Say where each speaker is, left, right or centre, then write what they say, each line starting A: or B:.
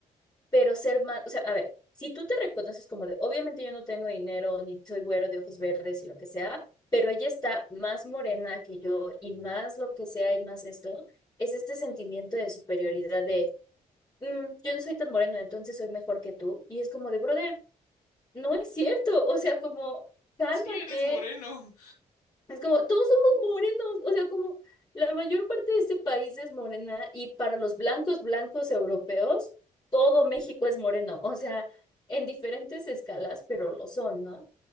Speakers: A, on the left; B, on the left.
A: pero ser más, o sea, a ver, si tú te reconoces como de, obviamente yo no tengo dinero, ni soy güero de ojos verdes y lo que sea, pero ella está más morena que yo y más lo que sea y más esto, es este sentimiento de superioridad de, "Mm, yo no soy tan moreno, entonces soy mejor que tú. Y es como de, brother, no es cierto, o sea, como... Cálmate,
B: Sí, eres moreno.
A: Es como, todos somos morenos, o sea, como la mayor parte de este país es morena y para los blancos, blancos europeos, todo México es moreno, o sea, en diferentes escalas, pero lo son, ¿no?